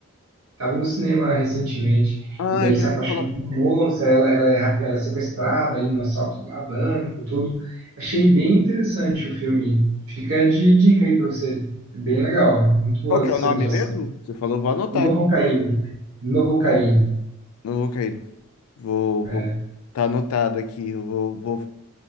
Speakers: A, on the right (about 75°); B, on the left (about 75°).
A: Tava no cinema recentemente,
B: Ah,
A: e daí
B: eu
A: ele
B: já
A: se
B: ouvi
A: apaixonou
B: falar.
A: por uma moça, ela, ela, é, rap- ela é sequestrada ali no assalto a banco, tudo. Achei bem interessante o filme. Fica de dica aí pra você. É bem legal. Muito boas
B: Qual que
A: as
B: é o nome
A: cenas de ação.
B: mesmo? Você falou, vou anotar
A: Novocaine.
B: aqui.
A: Novocaine.
B: Não vou cair. Vou,
A: É.
B: vou. Tá anotado aqui. Eu vou, vou,